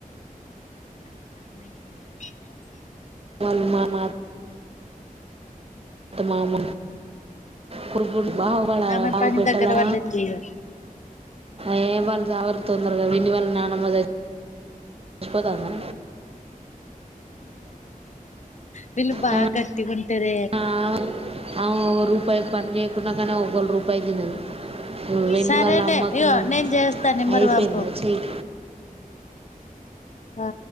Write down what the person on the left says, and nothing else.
ఊ
ఆమె
పని
దగ్గర పడ్డట్టు ఇగ
వీళ్ళు బాగా
గట్టిగుంటరే
సరేనే
ఇగో
నేను చేస్తా నెంబర్
పంపు
ఆ